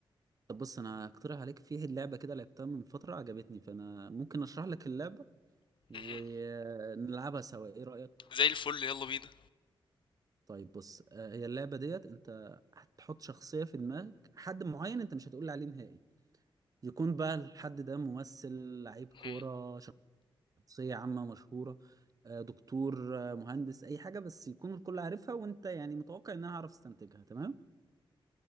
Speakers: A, on the right; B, on the left.
A: طب بص انا هقترح عليك فيه اللعبه كده لعبتها من فتره عجبتني فانا ممكن اشرح لك اللعبه ونلعبها
B: مهم.
A: سوا ايه رايك
B: زي الفل يلا بينا
A: طيب بص آه، هي اللعبه ديت انت هتحط شخصيه في دماغك حد معين انت مش هتقول لي عليه نهائي يكون بقى الحد ده ممثل لعيب
B: مهم.
A: كوره شخصيه عامه مشهوره آه، دكتور آه، مهندس اي حاجه بس يكون الكل عارفها وانت يعني متوقع ان انا هعرف استنتجها تمام